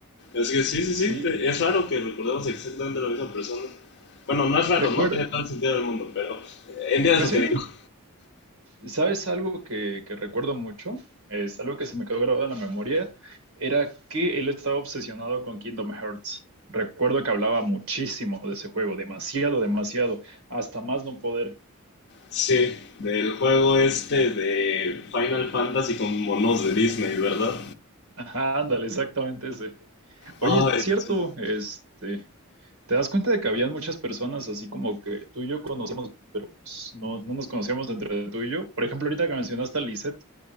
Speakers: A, on the left; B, on the right.
A: Así que sí, sí,
B: Sí,
A: sí, te- es raro que recordemos exactamente la misma persona. Bueno, no es raro,
B: recuerdo,
A: no tiene todo el sentido del mundo, pero eh, entiendes
B: pues
A: lo
B: sí,
A: que digo.
B: ¿Sabes algo que, que recuerdo mucho? Es algo que se me quedó grabado en la memoria. Era que él estaba obsesionado con Kingdom Hearts. Recuerdo que hablaba muchísimo de ese juego, demasiado, demasiado, hasta más no poder.
A: Sí, del juego este de Final Fantasy con monos de Disney, ¿verdad?
B: <laughs> Ajá, ándale, exactamente ese. Oye,
A: Ay,
B: es cierto,
A: sí,
B: este, te das cuenta de que habían muchas personas así como que tú y yo conocemos, pero pues, no, no nos conocíamos entre tú y yo. Por ejemplo, ahorita que mencionaste a Lisette,